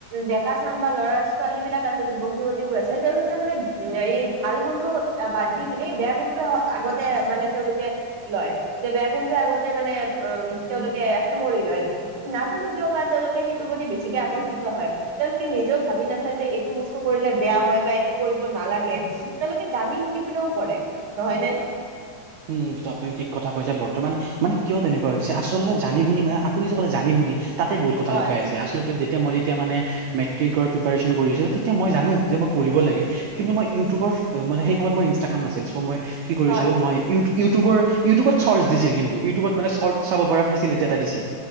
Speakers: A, on the right; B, on the right.
A: ডেকা চাম বা ল'ৰা ছোৱালীবিলাক আছে, যুৱক যুৱতীবোৰ আছে তেওঁওলোকে মানে উ, এই ভাল গুণটো বান্ধি পিনে বেয়া গুণটোহে আগত তে মানে তেওঁলোকে লয় যে বেয়া গুণটো আগতে মানে উম, তেওঁলোকে সামৰি লয়। নাজানো কিয় বা তেওঁলোকে সেইটো প্ৰতি বেছিকে আকৰ্ষিত হয়। তেওঁলোকে নিজেও ভাবি নাচায় যে এইটো বস্তু কৰিলে বেয়া হয় বা এইটো কৰিব নালাগে, তেওঁলোকে জানি ম পিনেও কৰে নহয় নে?
B: উম, উম, ত' আপুনি ঠিক কথা কৈছে বৰ্তমান মানে কিয় তেনেকুৱা হৈছে আচলতে জানি শুনি মানে আপুনি যে ক'লে জানি শুনি তাতে বহুত কথা
A: হয়
B: লুকাই আছে। আচলতে তেতিয়া মই যেতিয়া মানে মেট্ৰিকৰ প্ৰিপেৰেশ্যন কৰি আছিলোঁ তেতিয়া মই জানো যে মই পঢ়িব লাগে কিন্তু মই ইউটিউবৰ মানে সেই সময়ত মোৰ ইনষ্টাগ্ৰাম নাছিল চ' মই কি কৰিছিলোঁ
A: হয়
B: মই ইউ ইউটিউবৰ ইউটিবত চৰ্চ দিছিল কিন্তু ইউটউবত মানে চৰ্ট চাব পৰা ফেচিলিটি এটা দিছিল।